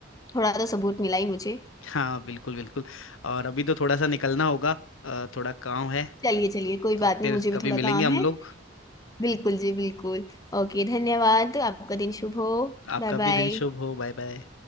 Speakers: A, on the left; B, on the left.
A: थोड़ा तो सबूत मिला ही मुझे
B: हाँ बिल्कुल बिल्कुल और अभी तो थोड़ा सा निकलना होगा अ, थोड़ा काम है
A: चलिए चलिए कोई
B: तो
A: बात नहीं
B: फिर
A: मुझे भी
B: कभी
A: थोड़ा
B: मिलेंगे
A: काम
B: हम
A: है
B: लोग
A: बिल्कुल जी बिल्कुल ओके धन्यवाद आपका दिन शुभ हो
B: आपका
A: Bye bye
B: भी दिन शुभ हो Bye bye